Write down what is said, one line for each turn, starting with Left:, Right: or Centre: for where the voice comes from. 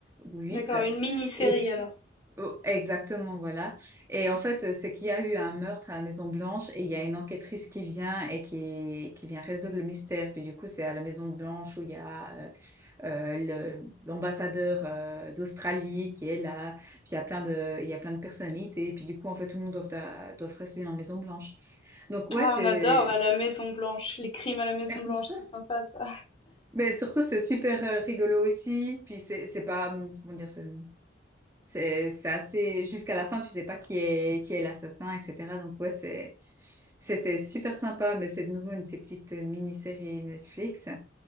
Right: ou huit.
Left: D'accord, une mini-série
Right: Et puis...
Left: alors.
Right: oh, exactement, voilà. Et en fait, c'est qu'il y a eu un meurtre à la Maison Blanche et il y a une enquêtrice qui vient et qui, qui vient résoudre le mystère. Puis du coup, c'est à la Maison Blanche où il y a... euh, euh, le- l'ambassadeur euh, d'Australie qui est là, puis il y a plein de, il y a plein de personnalités, et puis du coup, en fait, tout le monde doit, doit rester dans la Maison Blanche. Donc, ouais,
Left: Ah,
Right: c'est...
Left: on adore à
Right: c'est-
Left: la Maison Blanche, les crimes à la Maison
Right: <laughs>
Left: Blanche, c'est sympa ça.
Right: Mais surtout, c'est super euh, rigolo aussi, puis c'est c'est pas... hum, Comment dire, c'est c'est- c'est assez... Jusqu'à la fin, tu sais pas qui est, qui est l'assassin, etc. Donc, ouais, c'est... C'était super sympa, mais c'est de nouveau une de ces petites euh, mini-séries Netflix.